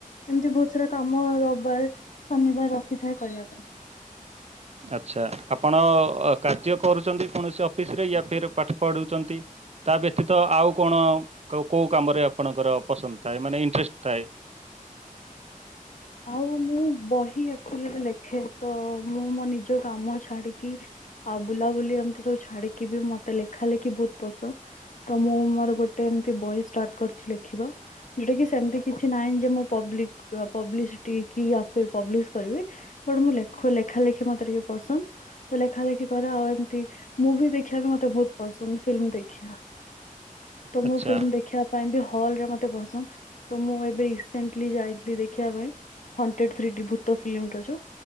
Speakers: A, on the left; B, on the right.
A: ଏମିତି ବୋହୁତ ସାରା କାମ ରବିବାର, ଶନିବାର ରଖିଥାଏ କରିବା ପାଇଁ।
B: ଆଚ୍ଛା ଆପଣ କାର୍ଯ୍ୟ କରୁଚନ୍ତି କୌଣସି ଅଫିସରେ ୟା ଫିର୍ ପାଠ ପଢୁଚନ୍ତି। ତା ବ୍ୟତୀତ ଆଉ କଣ କୋଉ କୋଉ କାମରେ ଆପଣଙ୍କର ପସନ୍ଦ ଥାଏ ମାନେ ଇଣ୍ଟରେଷ୍ଟ ଥାଏ।
A: ଆଉ ମୁଁ ବହି ଆକଚ୍ୟୁଲିରେ ଲେଖେ ତ ମୁଁ ମୋ ନିଜ କାମ ଛାଡିକି ଆଉ ବୁଲାବୁଲି ଏମିତି ସବୁ ଛାଡିକି ବି ମତେ ଲେଖା ଲେଖି ବୋହୁତ ପସନ୍ଦ। ତ ମୁଁ ମୋର ଗୋଟେ ଏମତି ବହି ଷ୍ଟାର୍ଟ କରିଚି ଲେଖିବା। ଯେଉଟା କି ସେମିତି କିଛି ନାହିଁ ଯେ ମୁଁ ପବ୍ଲିକ୍ ପ୍ର ପବ୍ଲିସିଟି କି ୟା ଫିର୍ ପବ୍ଲିଶ କରିବି ବଟ୍ ମୁଁ ଲେଖୁ ଲେଖା ଲେଖି ମତେ ଟିକେ ପସନ୍ଦ। ତ ଲେଖା ଲେଖି କରେ ଆଉ ଏମିତି ମୁଭି ଦେଖିବାକୁ ବି ମତେ ବୋହୁତ ପସନ୍ଦ ଫିଲ୍ମ ଦେଖିବା। <unintelligible> ଆଃ ତ
B: ଆଚ୍ଛା
A: ମୁଁ ଫିଲ୍ମ ଦେଖିବା ପାଇଁ ବି ହଲରେ ମତେ ପସନ୍ଦ ତ ମୁଁ ଏବେ ରିସେଣ୍ଟଲି ଯାଇଥିଲି ଦେ ଖିବା ପାଇଁ ହଣ୍ଡ୍ରେଡ୍ ଥ୍ରୀ ଡି ଭୂତ ଫିଲ୍ମଟା ଯୋଉ।